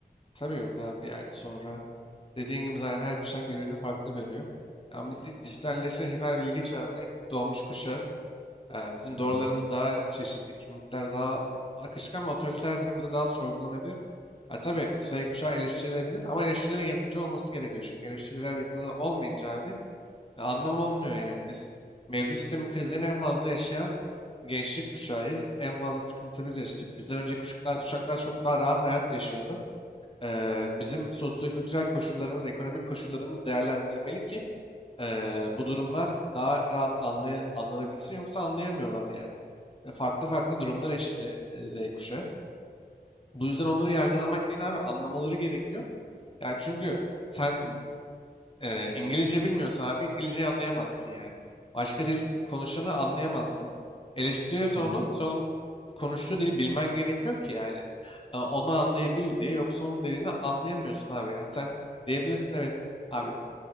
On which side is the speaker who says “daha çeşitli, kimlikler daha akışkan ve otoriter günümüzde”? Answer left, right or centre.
Left